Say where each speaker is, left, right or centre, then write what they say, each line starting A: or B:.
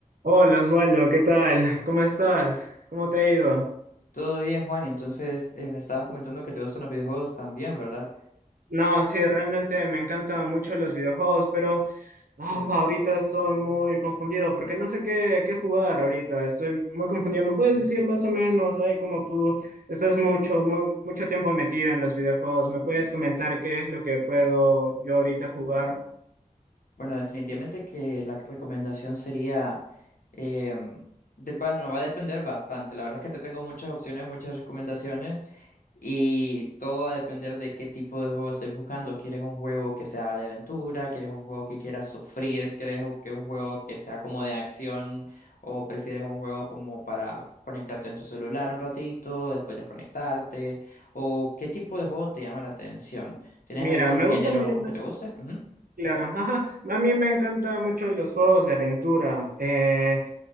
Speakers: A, on the right; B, on the left.
A: Hola Osvaldo, ¿qué tal? ¿Cómo estás? ¿Cómo te ha ido?
B: Todo bien, Juan. Entonces, eh, me estabas comentando que te gustan los videojuegos también, ¿verdad?
A: No, sí, realmente me encantan mucho los videojuegos, pero ah, ahorita estoy muy confundido porque no sé qué, qué jugar ahorita. Estoy muy confundido. ¿Me puedes decir más o menos, ay, como tú estás mucho, mu- mucho tiempo metido en los videojuegos? ¿Me puedes comentar qué es lo que puedo yo ahorita jugar?
B: Bueno, definitivamente que la recomendación sería, em, de, bueno, va a depender bastante. La verdad es que te tengo muchas opciones, muchas recomendaciones. Y todo va a depender de qué tipo de juego estés buscando. ¿Quieres un juego que sea de aventura? ¿Quieres un juego que quieras sufrir? ¿Quieres u- que un juego que sea como de acción? ¿O prefieres un juego como para conectarte en tu celular un ratito, después desconectarte? ¿O qué tipo de juego te llama la atención? ¿Tienes
A: Mira,
B: algún
A: me
B: género
A: gusta mayor,
B: que te guste? Ujú.
A: Claro, ajá. A mí me encantan mucho los juegos de aventura. Eh,